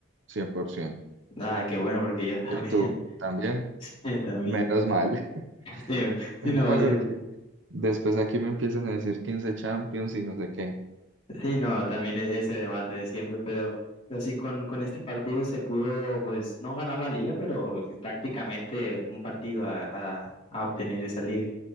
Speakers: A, on the right (about 65°); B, on the left (about 30°).
A: 100%.
B: Ay, qué bueno, porque yo también,
A: ¿Y tú también?
B: <laughs> también.
A: Menos mal.
B: Sí,
A: <laughs>
B: sí,
A: Menos
B: no,
A: mal
B: sí,
A: porque después aquí me empiezan a decir 15 Champions y no sé qué.
B: sí, no, también e- ese debate de siempre, pero, pero sí, con, con este partido se pudo, pues, no ganar la liga, pero prácticamente un partido a, a, a obtener esa liga.